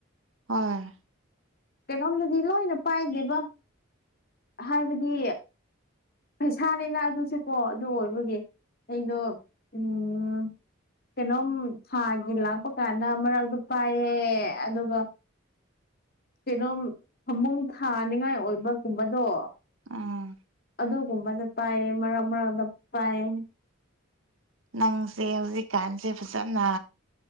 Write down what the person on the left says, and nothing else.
ꯀꯩꯅꯣꯝꯗꯗꯤ ꯂꯣꯏꯅ ꯄꯥꯏꯗꯦꯕ ꯍꯥꯏꯕꯗꯤ ꯄꯩꯁꯥꯅꯤꯅ ꯑꯗꯨꯁꯨꯀꯣ ꯑꯗꯨ ꯑꯣꯏꯕꯒꯤ ꯑꯩꯗꯣ ꯎꯝ ꯀꯩꯅꯣꯝ ꯊꯥꯒꯤ ꯂꯥꯛꯄ ꯀꯥꯟꯗ ꯃꯔꯛꯇꯛꯇ ꯄꯥꯏꯌꯦ ꯑꯗꯨꯒ ꯀꯩꯅꯣꯝ ꯐꯃꯨꯡ ꯊꯥꯅꯤꯉꯥꯏ ꯑꯣꯏꯕꯒꯨꯝꯕꯗꯣ
ꯑꯗꯨꯒꯨꯝꯕꯗ ꯄꯥꯏꯌꯦ ꯃꯔꯛ ꯃꯔꯛꯛꯇ ꯄꯥꯏꯌꯦ